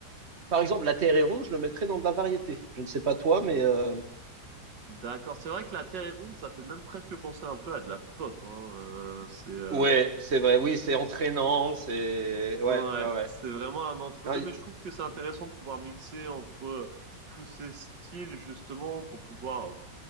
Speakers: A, on the right; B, on the right.
A: Par exemple, La Terre est ronde, je le mettrais dans de la variété. Je ne sais pas toi, mais euh,
B: D'accord, c'est vrai que la Terre est ronde, ça fait même presque penser un peu à de la pop, hein. Euh, c'est euh,
A: Ouais, c'est vrai. Oui, c'est entraînant, c'est ouais,
B: ouais,
A: ouais, ouais.
B: c'est vraiment un entre-deux,
A: Ah, y-
B: mais je trouve que c'est intéressant de pouvoir mixer entre euh, tous ces styles justement pour pouvoir